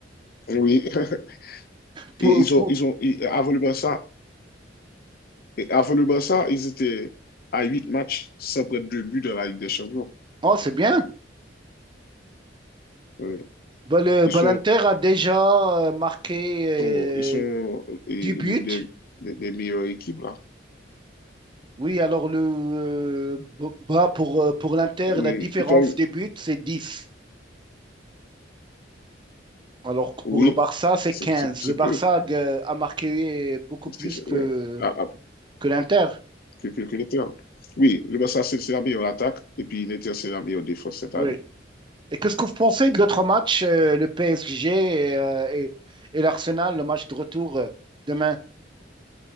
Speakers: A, on the left; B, on the right.
A: Oui, <laughs>
B: Pou-
A: et ils
B: pou-
A: ont, ils ont, ils- avant le Barça, et avant le Barça, ils étaient à 8 matchs sans prendre de but dans la Ligue des Champions.
B: Oh, c'est bien.
A: Oui.
B: Bah, le,
A: Ils
B: bah,
A: sont,
B: l'Inter a déjà euh, marqué euh,
A: sont- ils sont l'une
B: 10 buts.
A: des, des, des meilleures équipes, là.
B: Oui, alors le, euh, b- bah, pour, euh, pour l'Inter,
A: Oui,
B: la différence
A: et toi,
B: des buts, c'est 10. Alors que
A: oui,
B: pour le Barça, c'est
A: c'est
B: 15.
A: c'est- c'est
B: Le Barça
A: peu.
B: euh, a marqué beaucoup plus
A: c'est-
B: que,
A: ouais. À-
B: que l'Inter.
A: que, que, que l'Inter. Oui, le Barça, c'est c'est la meilleure attaque et puis l'Inter, c'est la meilleure défense cette
B: Oui.
A: année.
B: Et qu'est-ce que vous pensez de l'autre match, euh, le PSG et, euh, et- et l'Arsenal, le match de retour euh, demain?